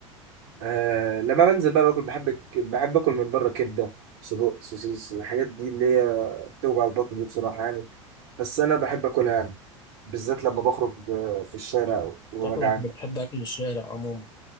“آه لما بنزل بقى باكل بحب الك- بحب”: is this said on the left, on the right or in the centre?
Right